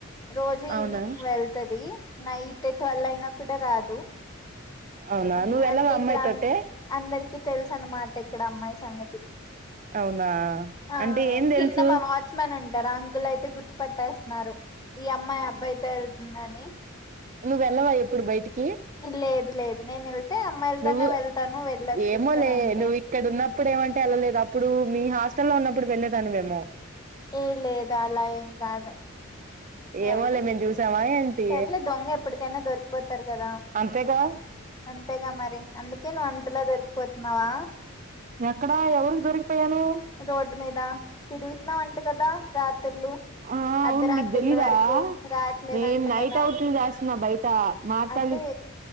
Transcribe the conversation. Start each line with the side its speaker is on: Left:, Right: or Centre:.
Left: రోజు
Right: అవునా
Left: ఈవినింగ్ వెళ్తది నైట్ ట్వెల్వ్ అయినా కూడా రాదు
Right: అవునా
Left: ఆ
Right: నువ్వు వెళ్ళవా
Left: అంటే
Right: ఆ అమ్మాయితోటీ
Left: ఇక్కడ అందరికి తెలుసు అన్నమాట ఇక్కడ అమ్మాయి సంగతి
Right: అవునా
Left: ఆ
Right: అంటే ఏం తెలుసు
Left: కింద మా వాచ్ వాచ్మెన్ అంకుల్ ఉంటారు ఆ అంకులు అయితే గుర్తు పట్టేస్తున్నారు ఈ అమ్మాయి అబ్బాయితో వెళ్తుందని
Right: నువ్వు వెళ్ళవా ఎప్పుడు బయటికి
Left: లేదు లేదు నేను అమ్మాయిలతోనే
Right: నువ్వు
Left: వెళ్తాను వెళ్ళొచ్చేస్తాను
Right: ఏమోలే
Left: అంతే
Right: నువ్వు ఇక్కడ ఉన్నప్పుడు ఏమంటే వెళ్ళలేదు అప్పుడు మీ హాస్ ష్టలో ఉన్నప్పుడు వెళ్లే దానివి ఏమో
Left: ఏ లేదు అలా ఏం కాదు
Right: ఏమోలే
Left: ఎవరి
Right: మేము చూసామా ఏంటి
Left: సర్లే దొంగ ఎప్పటికైనా దొరికిపోతారు కదా
Right: అంతేగా
Left: అంతేగా మరి అందుకే నువ్వు అంతల దొరికిపోతున్నావా
Right: ఎక్కడా ఎవరికి దొరికిపోయాను
Left: రోడ్డు మీద తిరుగుతున్నావంట అంట కదా రాత్రులు
Right: ఆ
Left: అర్ధరాత్రుల
Right: అవును నీకు తెలీదా
Left: వరకు రావట్లేదంట
Right: నేను నైట్
Left: కదా
Right: అవుట్లు చేస్తున్నా బయట మార్తాలి
Left: అదే